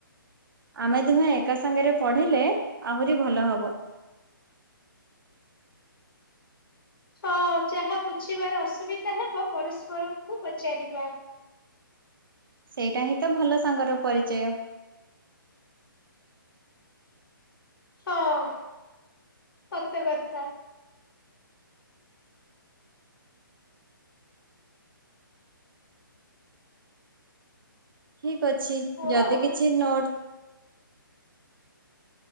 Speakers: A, on the right (about 70°); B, on the left (about 80°).
A: ଆମେ ଦୁହେଁ ଏକା ସାଙ୍ଗରେ ପଢ଼ିଲେ ଆହୁରି ଭଲ ହବ।
B: ହଁ ଯାହା ବୁଝିବାରେ ଅସୁବିଧା ହବ ପରସ୍ପରକୁ ପଚାରିବା।
A: ସେଇଟା ହିଁ ତ ଭଲ ସାଙ୍ଗର ପରିଚୟ।
B: ହଁ ସତ କଥା।
A: ଠିକ ଅଛି
B: ଓ
A: ଯଦି
B: ଆଉ
A: କିଛି ନୋଟ